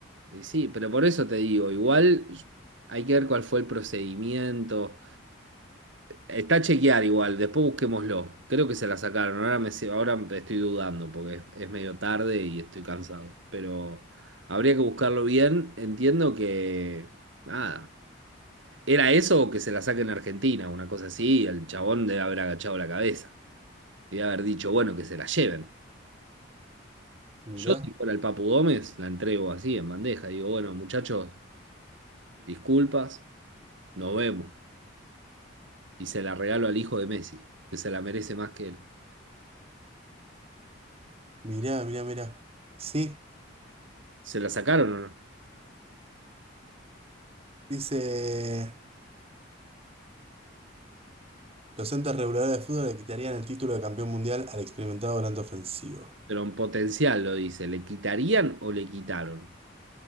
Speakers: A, on the right (about 70°); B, on the right (about 30°).
A: Y sí, pero por eso te digo, igual hay que ver cuál fue el procedimiento. Está a chequear igual, después busquémoslo. Creo que se la sacaron. Ahora me, se- ahora me estoy dudando porque es, es medio tarde y estoy cansado. Pero habría que buscarlo bien. Entiendo que. Nada. ¿Era eso o que se la saquen a Argentina? Una cosa así. y El chabón debe haber agachado la cabeza y debe haber dicho, bueno, que se la lleven.
B: Mirá,
A: Yo, si fuera el Papu Gómez, la entrego así en bandeja. Digo, bueno, muchachos, disculpas, nos vemos. Y se la regalo al hijo de Messi, que se la merece más que él.
B: mirá, mirá, mirá. Sí,
A: ¿Se la sacaron o no?
B: dice, los entes reguladores de fútbol le quitarían el título de campeón mundial al experimentado volante ofensivo.
A: pero en potencial lo dice. ¿Le quitarían o le quitaron?